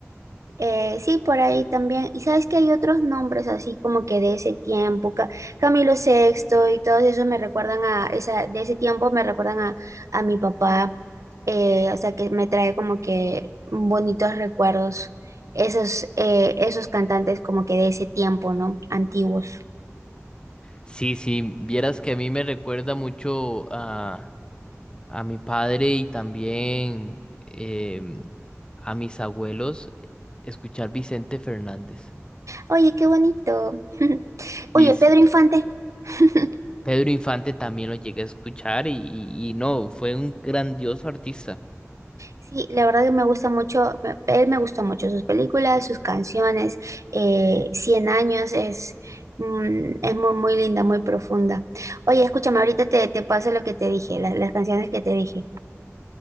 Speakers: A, on the right; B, on the left.
A: Eh, sí, por ahí también. Y sabes que hay otros nombres así como que de ese tiempo, Ca- Camilo Sexto y todos esos me recuerdan a esa, de ese tiempo me recuerdan a, a mi papá. Eh, o sea que me trae como que bonitos recuerdos. Esos, eh, esos cantantes como que de ese tiempo, ¿no? Antiguos.
B: Sí, sí, vieras que a mí me recuerda mucho a... a mi padre y también em, a mis abuelos escuchar Vicente Fernández.
A: Oye, qué bonito. <laughs> Oye,
B: Y sí,
A: Pedro Infante. <laughs>
B: Pedro Infante también lo llegué a escuchar y, y- y no, fue un grandioso artista.
A: Sí, la verdad que me gusta mucho, me- él me gustó mucho sus películas, sus canciones, eh, 100 años es, mm, es muy, muy linda, muy profunda. Oye, escúchame, ahorita te, te paso lo que te dije, la- las canciones que te dije,